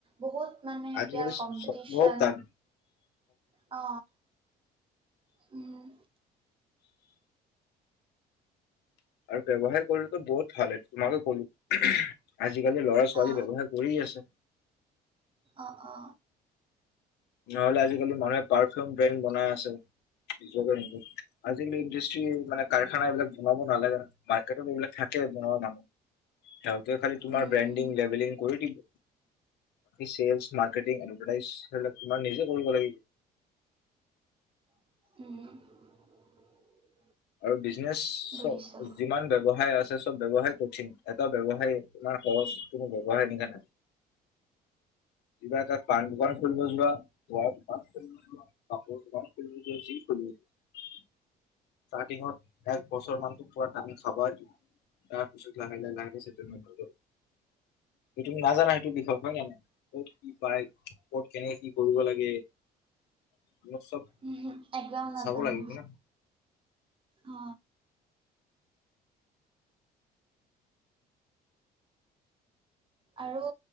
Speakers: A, on the right (about 30°); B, on the left (about 80°).
A: বহুত মানে
B: আজিকালি
A: এতিয়া কম্পিটিশ্যন
B: চবত তান,
A: অ। উম।
B: আৰু বযৱসায় কৰিলেতো বহুত ভাল তোমাকে ক'লো। আজিকালি ল'ৰা ছোৱালী
A: অ
B: ব্যৱহায় কৰি আছে।
A: আহ অ
B: নহলে আজিকালি মানুহে পাৰফিউম ব্ৰেণ্ড বনাই আছে নিজকে নিজ আজিকালি ইণ্ডাষ্ট্ৰি মানে কাৰখানা এইবিলাক বনাব নালাগে ন মাৰ্কেটত এইবিলাক থাকে বনোৱা মানুহ স ত খালি তোমাৰ
A: উম
B: ব্ৰেণ্ডিং লেভেলিং কৰি দিলো। চেলছ, মাৰকেৰ্টিং, এডভাৰটাইজ সেইবিলাক তোমাৰ নিজে কৰিব লাগিব।
A: <unintelligible>
B: আৰু বিছ বিজনেছ
A: বুজিছোঁ
B: যিমান ব্যয়ৱসায় আছে চ, ব্যৱসায় কঠিন এটা ব্যৱসায় ইমান সহ কোনো ব ব্যৱসায় নি কিবা এটা পাণ দোকান খুলিব যোৱা, তোমাৰ কাপোৰ দোকান খুলিব যোৱা, যি খুলিব যোৱা, স্তাৰ্তিং ত এক বছৰ মানটো পুৰা টানি খাবাই তাৰপিছত লাহে লাহে লাহে সেতেলমেণ্ট হৈ যাব। যে তুমি নাজানা সেইটো বিষয়ত, হয় নে নহয়? ক'ত কি পায় কত কেনেকে কি কৰিব লাগে। এইবিলাক চব
A: উ একদম নাজানো।
B: চাব লাগিব না
A: অ, আৰু